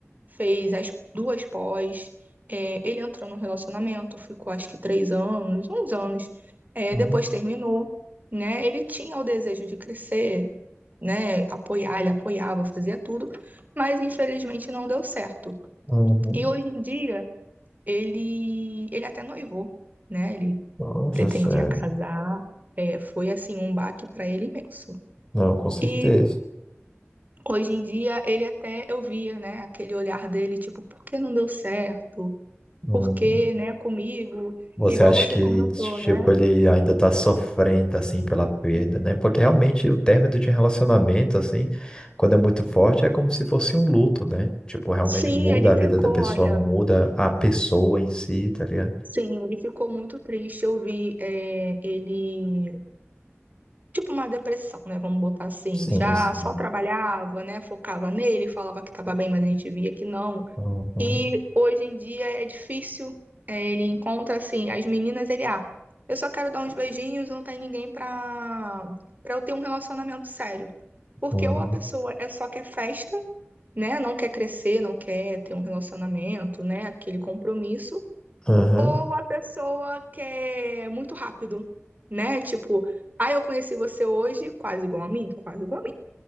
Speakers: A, on the right (about 40°); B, on the left (about 20°).
A: fez as duas pós, é, ele entrou num relacionamento, ficou acho que três anos, uns anos, é,
B: Uhum.
A: depois terminou, né? Ele tinha o desejo de crescer, né? Apoiar, ele apoiava, fazia tudo, mas infelizmente não deu certo.
B: Uhum.
A: E hoje em dia, ele, ele até noivou, né? Ele
B: Nossa,
A: pretendia
B: sério.
A: casar, é, foi assim um baque para ele imenso.
B: Não, com certeza.
A: E Hoje em dia, ele até eu via, né, aquele olhar dele, tipo, por que não deu certo?
B: Uhum.
A: Por que, né, comigo?
B: Você
A: Igual
B: acha
A: você
B: que,
A: comentou,
B: tipo,
A: né?
B: ele ainda tá sofrendo, assim, pela perda, né? Porque realmente o término de relacionamento, assim, quando é muito forte, é como se fosse um luto, né? Tipo, realmente
A: Sim,
B: muda
A: ele
B: a vida
A: ficou,
B: da pessoa,
A: olha,
B: muda a pessoa em si, tá ligado?
A: sim, ele ficou muito triste. Eu vi, é, ele, tipo, uma depressão, né? Vamos botar assim.
B: Sim,
A: Já
B: sim.
A: só trabalhava, né? Focava nele, falava que tava bem, mas a gente via que não.
B: Uhum,
A: E hoje em dia é difícil. É, ele encontra assim, as meninas, ele, ah, eu só quero dar uns beijinhos, não tem ninguém pra, pra eu ter um relacionamento sério. Porque
B: uhum.
A: ou a pessoa é só quer festa, né? Não quer crescer, não quer ter um relacionamento, né? Aquele compromisso.
B: Aham.
A: Ou a pessoa quer muito rápido, né? Tipo, ah, eu conheci você hoje, quase igual a mim, quase igual a mim.